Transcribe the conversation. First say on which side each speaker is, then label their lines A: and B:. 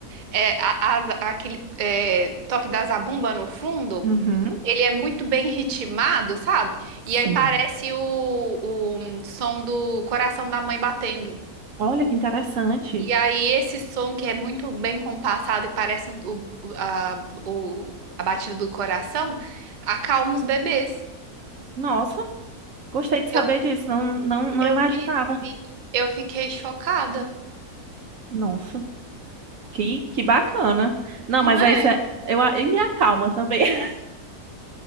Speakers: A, on the right; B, on the right.
A: é, a- a- aquele é, toque da zabumba no fundo,
B: Uhum.
A: ele é muito bem ritmado, sabe? E
B: Sim.
A: aí parece o, o hum, som do coração da mãe batendo.
B: Olha que interessante.
A: E aí, esse som que é muito bem compassado e parece um- o, o- a, o- a batida do coração, acalma os bebês.
B: Nossa, gostei de saber
A: Eu,
B: disso. Não, não, não
A: eu
B: imaginava.
A: vi esse vídeo. Eu fiquei chocada,
B: Nossa, que, que bacana. Não,
A: não
B: mas
A: é?
B: aí você, eu, a- e me acalma também. <laughs>